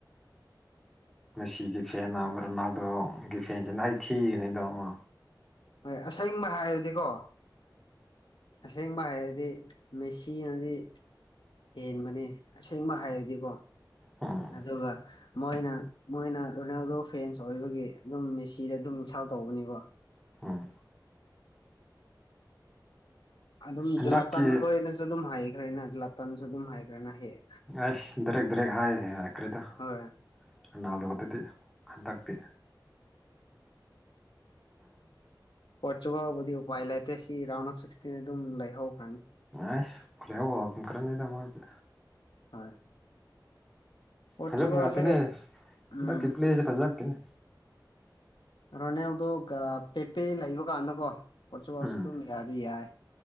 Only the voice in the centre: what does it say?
ꯉꯁꯤꯒꯤ ꯐꯦꯟꯝꯕ꯭ꯔ ꯅꯗꯣꯒꯤ ꯐꯦꯟꯁꯤ ꯅꯍ ꯊꯤꯒꯅꯤꯗꯃ
ꯎꯝ
ꯍꯝ
ꯍꯟꯗꯛꯀꯤ
ꯑꯁ ꯗꯔꯦꯦꯛ ꯗꯔꯦꯦꯛ ꯍꯥꯏꯈ꯭ꯔꯦꯗ
ꯅꯅꯥꯜꯗ ꯑꯗꯨꯗꯤ ꯍꯟꯗꯛꯇꯤ
ꯍꯣꯏ ꯈꯨꯂꯍꯥꯎꯕꯨꯝ ꯈ꯭ꯔꯅꯤꯗꯃꯣꯏꯁꯦ
ꯐꯖꯛꯅꯅꯨꯡꯉꯇꯅꯦ
ꯀꯠ꯭ꯂꯁꯦ ꯐꯖꯇꯅꯦ
ꯎꯝ